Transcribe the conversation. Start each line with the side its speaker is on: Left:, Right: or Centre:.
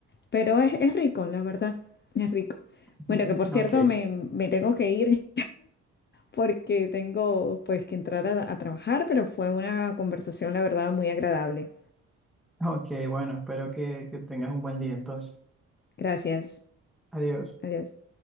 Left: Pero es, es rico, la verdad, es rico. Bueno,
Centre: <laughs>
Left: que por cierto,
Centre: ok,
Left: me, me tengo que ir porque tengo pues que entrar a a trabajar, pero fue una conversación, la verdad, muy agradable.
Centre: ok, bueno, espero que, que tengas un buen día entonces.
Left: Gracias.
Centre: Adiós.
Left: Adiós.